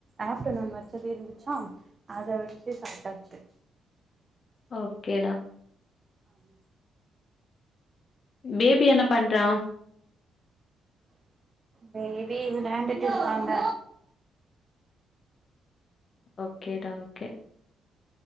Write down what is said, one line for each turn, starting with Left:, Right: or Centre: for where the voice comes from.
Right: ஆப்ட்டர்நூன் வச்சது இருந்துச்சா அத வச்சு சாப்ட்டாச்சு
Left: ஓக்கேடா
Right: ஆம்
Left: பேபி என்ன பண்றா
Right: பேபி விளாண்டுட்டு இருக்காங்க
Left: ஓகே டா ஓகே